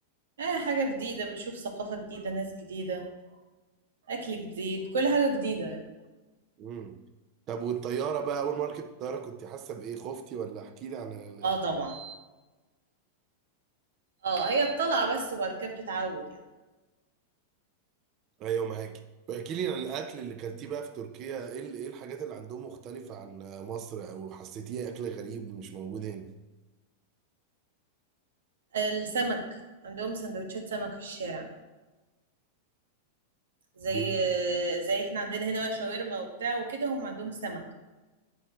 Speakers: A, on the right (about 80°); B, on the right (about 40°).
A: اه حاجة جديدة بتشوف ثقافة جديدة ناس جديدة اكل جديد كل حاجة جديدة
B: امم طب والطيارة بقى اول مرة ركبت الطيارة كنت حاسة بايه خفتي ولا احكي لي عن ال...
A: اه طبعا اه هي الطلعة بس وبعد كده بتتعود يعني
B: ايوه معاكي واحكي لي عن الاكل اللي كلتيه بقى في تركيا ايه ال- ايه الحاجات اللي عندهم مختلفة عن مصر او حسيتيها اكل غريب مش موجود هنا
A: السمك عندهم سندوتشات سمك في الشارع زي
B: بي-
A: زي احنا عندنا هنا بقى شاورما وبتاع وكده هم عندهم سمك